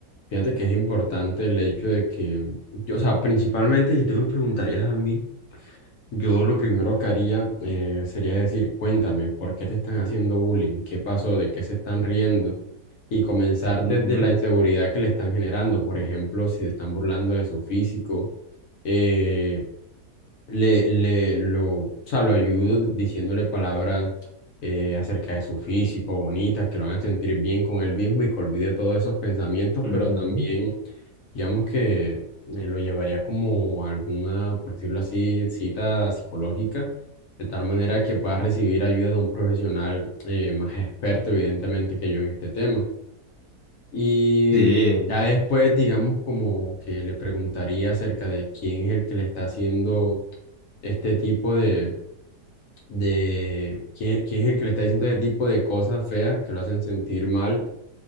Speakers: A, on the left; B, on the right.
A: fíjate que es importante el hecho de que, yo, o sea, principalmente si tú me preguntarías a mí, Yo lo primero que haría eh, sería decir, cuéntame, ¿por qué te están haciendo bullying? ¿Qué pasó? ¿De qué se están riendo? Y comenzar desde
B: Ujú,
A: la inseguridad que le están generando. Por ejemplo, si se están burlando de su físico, eh, le, le, lo, o sea, lo ayudo d- diciéndole palabras eh, acerca de su físico, bonitas, que lo hagan sentir bien con él mismo y que olvide todos esos pensamientos,
B: ujú.
A: pero también... Digamos que eh, lo llevaría como a alguna, por decirlo así, cita psicológica, de tal manera que pueda recibir ayuda de un profesional eh, más experto, evidentemente, que yo en este tema. Y
B: Sí,
A: ya después, digamos, como que le preguntaría acerca de quién es el que le está haciendo este tipo de, de quién, quién es el que le está diciendo este tipo de cosas feas que lo hacen sentir mal